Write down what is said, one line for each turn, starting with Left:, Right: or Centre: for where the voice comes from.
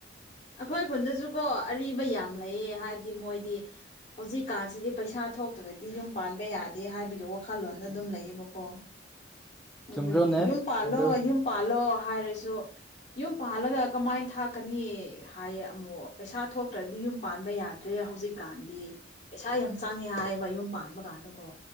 Left: ꯑꯩꯈꯣꯏ ꯈꯨꯟꯗꯁꯨ ꯀꯣ ꯑꯔꯤꯕ ꯌꯥꯝ ꯂꯩꯌꯦ ꯍꯥꯏꯕꯗꯤ ꯃꯣꯏꯗꯤ ꯍꯧꯖꯤꯛꯀꯥꯟꯁꯤꯗꯤ ꯄꯩꯁꯥ ꯊꯣꯛꯇ꯭ꯔꯗꯤ ꯌꯨꯝ ꯄꯥꯟꯕ ꯌꯥꯗꯦ ꯍꯥꯏꯕꯒꯤ ꯋꯥꯈꯜꯂꯣꯟꯗ ꯑꯗꯨꯝ ꯂꯩꯌꯦꯕꯀꯣ
Centre: <inaudible>
Left: ꯑꯗꯨꯒꯤ
Centre: ꯆꯨꯝꯗ꯭ꯔꯣꯅꯦ
Left: ꯌꯨꯝ ꯄꯥꯜꯂꯣ
Centre: ꯑꯗꯨ
Left: ꯌꯨꯝ ꯄꯥꯜꯂꯣ ꯍꯥꯏꯔꯁꯨ ꯌꯨꯝ ꯄꯥꯜꯂꯒ ꯀꯃꯥꯏ ꯊꯥꯛꯀꯅꯤ ꯍꯥꯏꯌꯦ ꯑꯃꯨꯛ ꯄꯩꯁꯥ ꯊꯣꯛꯇ꯭ꯔꯗꯤ ꯌꯨꯝ ꯄꯥꯟꯕ ꯌꯥꯗ꯭ꯔꯦ ꯍꯧꯖꯤꯛꯀꯥꯟꯗꯤ ꯄꯩꯁꯥ ꯌꯥꯝ ꯆꯪꯉꯦ ꯍꯥꯏꯌꯦꯕ ꯌꯨꯝ ꯄꯥꯟꯕꯀꯥꯟꯗꯀꯣ